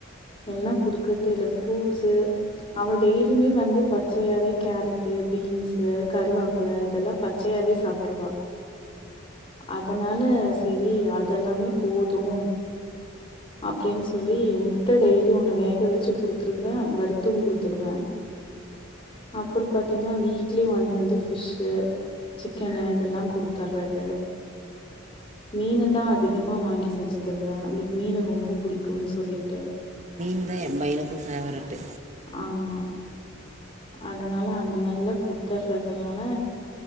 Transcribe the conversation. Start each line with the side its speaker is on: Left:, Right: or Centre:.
Left: இல்லன்னா குடுக்குறதே இல்ல ஃப்ரூட்ஸு அவ டெய்லியுமே வந்து பச்சையாவே கேரட்டு பீன்ஸு கருவேப்புள்ள இதெல்லா பச் பச்சையாவே சாப்ட்ருவா அதனால சேரி அதெல்லாமே போதும் அப்டின் சொல்லி முட்ட டெய்லி ஒண்ணு வேக வெச்சு குடுத்துருவ வறுத்தும் குடுத்துருவ அப்புறோ பாத்தீங்கன்னா வீக்லி ஒன்ஸ் வந்து ஃபிஷ்ஷு சிக்கனு இதெல்லா கொடுத்தர்றது மீனதா அதிகமா வாங்கி செஞ்சு தருவ அவளுக்கு மீனு ரொம்போ புடிக்குன் சொல்லிட்டு
Right: ந்தா எம் பையனுக்கு ஃபேவரட்டு
Left: ஆமா அதனால அந்த மாதிரில்லா குடுத்தர்றதுனால